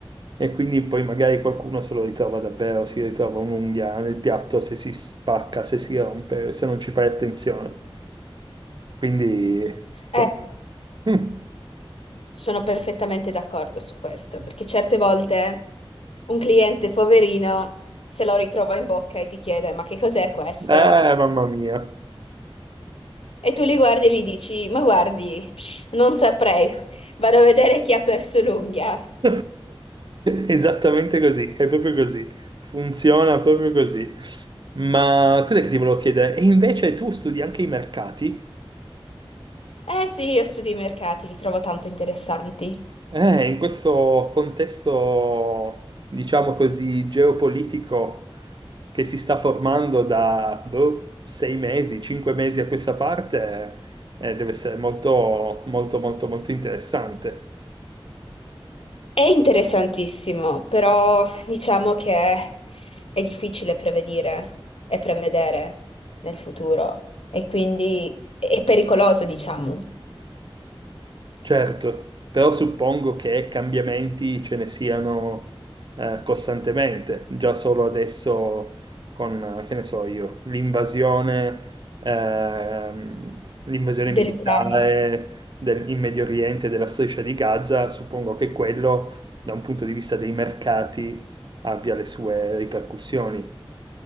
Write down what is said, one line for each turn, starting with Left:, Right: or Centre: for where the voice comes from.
Right: e quindi poi magari qualcuno se lo ritrova davvero, si ritrova un'unghia nel piatto se si spacca, se si rompe, se non ci fai attenzione. Quindi, insomma.
Left: Eh,
Right: <laughs>
Left: sono perfettamente d'accordo su questo,
Right: Mm.
Left: perché certe volte un cliente poverino se lo ritrova in bocca e ti chiede: Ma che cos'è questo?
Right: Eh, mamma mia.
Left: E tu li guardi e gli dici, ma guardi, non saprei, vado a vedere chi ha perso l'unghia.
Right: <laughs> Esattamente così, è proprio così, funziona proprio così. Ma cos'è che ti volevo chiedere? E invece tu studi anche i mercati?
Left: Eh sì, io studio i mercati, li trovo tanto interessanti.
Right: Eh, in questo contesto, diciamo così, geopolitico che si sta formando da boh, sei mesi, cinque mesi a questa parte, eh, deve essere molto, molto, molto, molto interessante.
Left: È interessantissimo, però diciamo che è difficile prevedire e prevedere nel futuro e quindi è pericoloso, diciamo,
Right: Certo, però suppongo che cambiamenti ce ne siano eh, costantemente, già solo adesso con, eh, che ne so io, l'invasione ehm, l'invasione militare
Left: dell'Ucraina.
Right: del- in Medio Oriente della striscia di Gaza, suppongo che quello, da un punto di vista dei mercati, abbia le sue ripercussioni.